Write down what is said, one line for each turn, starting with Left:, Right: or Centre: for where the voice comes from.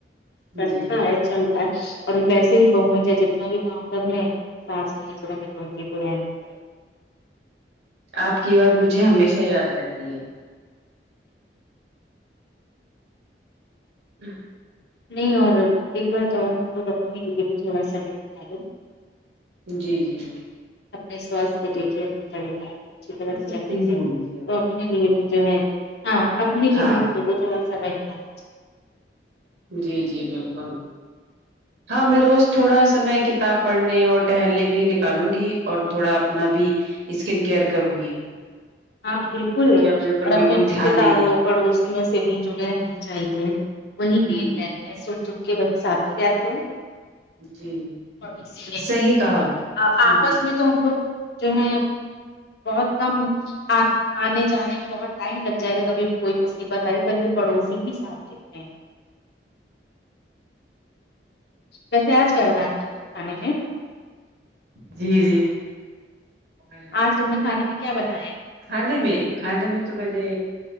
Left: چلتا
Right: جی
Left: ہے چلتا اور ویسے ہی بھؤ سے جتنا بھی کام سب نے سانس ن چڑیں گے تو ان کی ب <unintelligible>
Right: آپ کی بات مجھے ہمیشہ یاد رہتی ہے ہوں
Left: نہیں اور ایک بات اور ہم لوگ اپنے لیے بھی تھوڑا سمے نکالو
Right: جی جی
Left: اپنے سواستھ کو دیکھ کے اپنے پریوار کو اچھی
Right: تھوڑا
Left: طرح سے
Right: سا
Left: چلا
Right: تیز
Left: کے
Right: بول لیجیے آپ
Left: تو اپنے لی جو ہے ہاں اپنے
Right: ہاں
Left: بھی بیوں کو تھوڑا سا بنتا
Right: جی جی بالکل ہاں میں روز تھوڑا سمے کتاب پڑھنے اور ٹہلنے کے لیے نکالوں گی اور تھوڑا اپنا بھی اسکین کیئر کروں گی
Left: ہاں بالکل
Right: کیونکہ
Left: اور
Right: اوپر
Left: اپنے
Right: بالکل
Left: رشتے
Right: دھیان
Left: داروں
Right: نہیں دے رہی
Left: پڑوسیوں سے بھی جو رہنی چاہیے وہی
Right: ہوں
Left: نیند رہتے ہیں سن سن کے وہی ساتھی رہتے ہیں
Right: جی
Left: اسی لیے
Right: صحیح
Left: <unintelligible>
Right: کہا
Left: ہم لوگ
Right: ہوں
Left: آپس میں تو ہم لوگ جو ہے بہت کم آنے جانے میں بہت ٹائم لگ جائے گا کبھی کوئی مصیبت آئی پڑوسی کی ساتھ ساتھ دیتے ہے ویسے آج کیا بنایا تم نے کھانے میں
Right: جی جی اور
Left: آج تم نے کھانے میں کیا بنایا ہیں
Right: کھانے میں کھانے میں تو میں نے